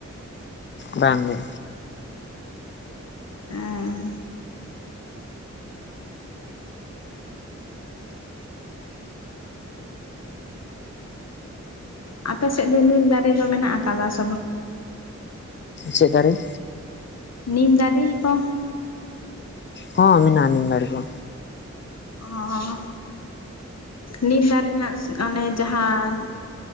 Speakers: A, on the left; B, on the left.
A: ᱵᱟᱝ ᱜᱮ
B: ᱦᱮᱸ ᱟᱯᱮ ᱥᱮᱫ ᱫᱚ ᱱᱤᱢ ᱫᱟᱨᱮ ᱫᱚ ᱢᱮᱱᱟᱜ ᱠᱟᱫᱟ ᱥᱮ ᱵᱟᱝ?
A: ᱪᱮᱫ ᱫᱟᱨᱮ?
B: ᱱᱤᱢ ᱫᱟᱨᱮ ᱠᱚ?
A: ᱦᱚᱸ ᱢᱮᱱᱟᱜ-ᱟ ᱱᱤᱢ ᱫᱟᱨᱮ ᱠᱚ,
B: ᱚᱸ ᱱᱤᱢ ᱫᱟᱨᱮ ᱱᱟᱜ ᱚᱱᱮ ᱡᱟᱦᱟᱸ ᱼᱼ